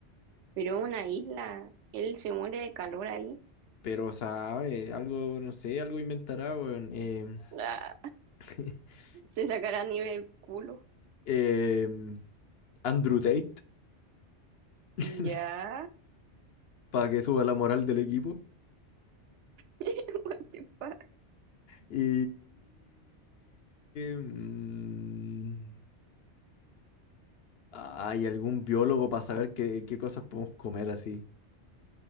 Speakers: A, on the right; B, on the left.
A: Pero una isla, él se muere de calor ahí.
B: pero sabe, algo, no sé, algo inventará, weón. Em,
A: Ah,
B: <laughs>
A: se sacará nieve del culo.
B: em, Andrew Tate, <laughs>
A: Ya.
B: para que suba la moral del equipo.
A: <laughs> What the fuck.
B: Y... mm, ¿Hay algún biólogo para saber qué, qué cosas podemos comer así?